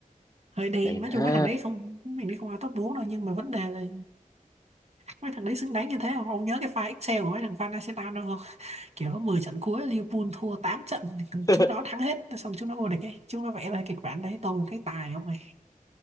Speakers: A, on the right (about 50°); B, on the left (about 25°).
A: hơi đen
B: Đen
A: nói chung
B: thế.
A: mấy thằng đấy không mình đi không vào top 4 đâu nhưng mà vấn đề là mấy thằng đấy xứng đáng như thế không ông nhớ cái file Excel của mấy thằng fan Arsenal đâu không kiểu 10 trận cuối Liverpool thua 8 trận
B: <laughs>
A: chúng nó thắng hết xong chúng nó vô địch ấy chúng nó vẽ ra kịch bản đấy tôi thấy tài không này